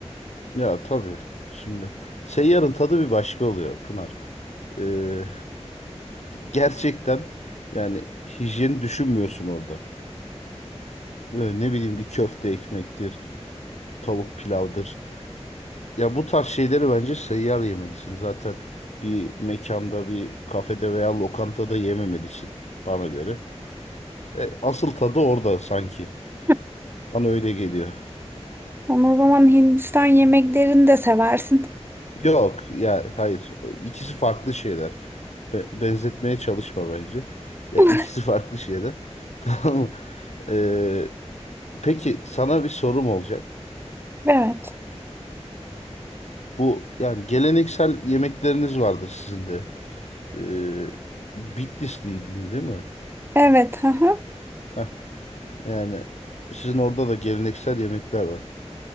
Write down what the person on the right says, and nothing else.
<laughs>
Ama o zaman Hindistan yemeklerini de seversin.
<laughs>
Evet.
Evet. Hı hı.